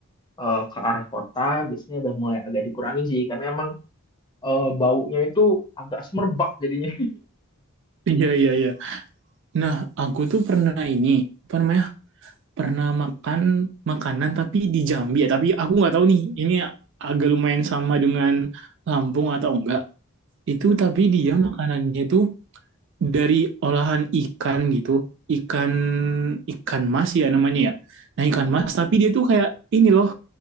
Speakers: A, on the left (about 20°); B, on the right (about 55°).
A: eh, ke arah kota, biasanya udah mulai agak dikurangin sih, karena emang eh, baunya itu agak semerbak jadinya.
B: Iya, iya, iya. Nah, aku tuh pernah ini, apa namanya? Pernah makan makanan tapi di Jambi ya. Tapi aku nggak tahu nih, ini agak lumayan sama dengan Lampung atau enggak. Itu
A: Hmm,
B: tapi dia makanannya itu dari olahan ikan gitu. Ikan, ikan mas ya namanya ya. Nah, ikan
A: hmm,
B: mas, tapi dia tuh kayak ini loh,